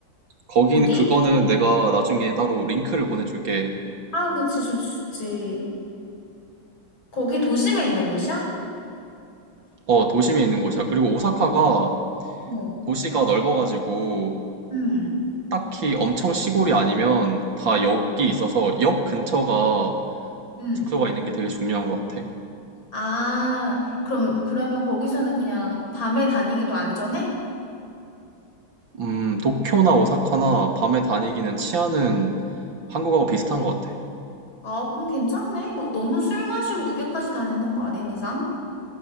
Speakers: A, on the right; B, on the left.
A: 거기,
B: 어디?
A: 그거는 내가 나중에 따로 링크를 보내줄게.
B: 아, 그치, 좋지, 좋지. 거기 도심에 있는 곳이야?
A: 어, 도심에 있는 곳이야. 그리고 오사카가
B: 어,
A: 도시가 넓어가지고,
B: 음,
A: 딱히 엄청 시골이 아니면 다 역이 있어서 역 근처가
B: 음.
A: 숙소가 있는 게 되게 중요한 것 같아.
B: 아, 그럼, 그러면 거기서는 그냥 밤에 다니기도 안전해?
A: 음, 도쿄나 오사카나 밤에 다니기는 치안은 한국하고 비슷한 것 같아.
B: 아, 그럼 괜찮네. 막 너무 술 마시고 늦게까지 다니는 거 아닌 이상?